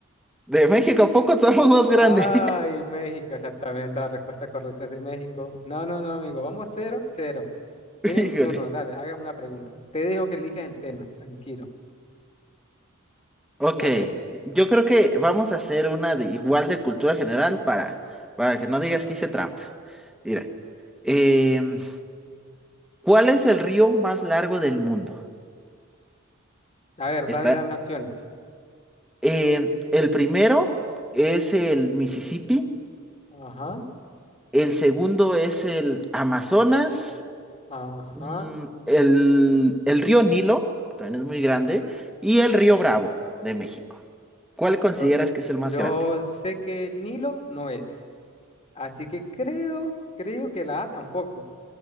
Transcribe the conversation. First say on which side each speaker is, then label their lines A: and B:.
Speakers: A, in the centre; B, on the left.
A: De México a poco estamos más grandes.
B: Ay, México, exactamente. La respuesta correcta es de México. No, no, no, amigo. Vamos cero, cero. Viene
A: <laughs> Híjole.
B: mi turno, dale, hágame una pregunta. Te dejo que elijas el tema, tranquilo.
A: Ok,
B: Dale.
A: yo creo que vamos a hacer una de igual de cultura general para, para que no digas que hice trampa. Mira, em, ¿cuál es el río más largo del mundo?
B: A ver,
A: Está,
B: dame, dame opciones.
A: em, el primero es el Mississippi.
B: Ajá.
A: El segundo es el Amazonas,
B: Ajá.
A: mm, el, el río Nilo, que también es muy grande, y el río Bravo de México. ¿Cuál consideras
B: Yo,
A: que es el más
B: yo
A: grande?
B: sé que el Nilo no es. Así que creo, creo que la A tampoco.